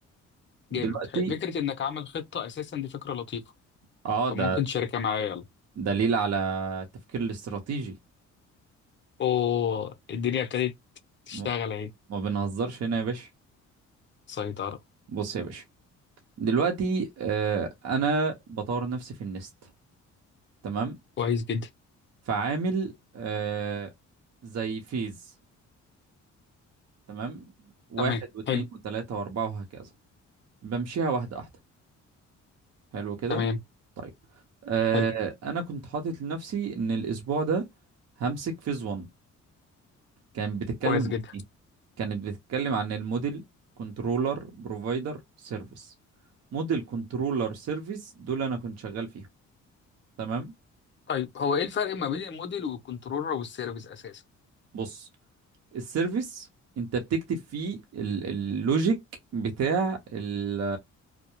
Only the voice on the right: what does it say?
دلوقتي
اه ده
دليل على التفكير الاستراتيجي
م-
ما بنهزرش هنا يا باشا
بص يا باشا دلوقتي آه، انا بطور نفسي في النست تمام
فعامل آه، زي فيز تمام واحد
واتنين
وتلاتة واربعة وهكذا بمشيها واحدة واحدة حلو كده
طيب آه،
انا كنت حاطط لنفسي ان الاسبوع ده همسك فيز 1 كانت بتتكلم
عن
ايه كانت بتتكلم عن الموديل كنترولر بروفايدر سيرفيس موديل كنترولر سيرفيس دول انا كنت شغال فيهم تمام
بص السيرفيس انت بتكتب فيه ال- اللوجيك بتاع ال